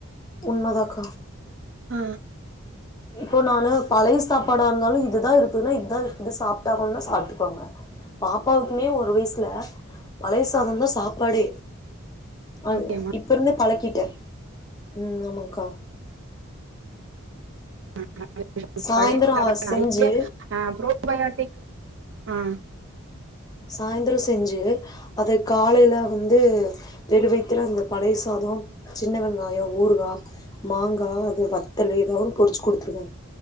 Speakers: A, on the left; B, on the right.
A: உண்மதாக்கா
B: ஆ
A: இப்போ நானு பழைய சாப்பாடா இருந்தாலு இதுதா இருக்குதுன்னா இதுதா இது சாப்ட்டாகனுன்னா சாப்ட்டுக்வாங்க பாப்பாக்குமே ஒரு வயசுல பழய சாதந்தா சாப்பாடே அது
B: ஓகேமா
A: இப் அப்பருந்தே பழக்கிட்ட ம் ஆமாக்கா
B: <inaudible>
A: சாய்ந்தரோ
B: பழைய சாத
A: செஞ்சு
B: நெறைய ஆ புரோபயாடிக் ஆ
A: சாய்ந்தர செஞ்சு அத காலையில வந்து வெறு வயித்துல அந்த பழைய சாத சின்ன வெங்காய ஊறுகா மாங்கா அது வத்தலு ஏதோன்னு பொரிச்சு குடுத்துருவே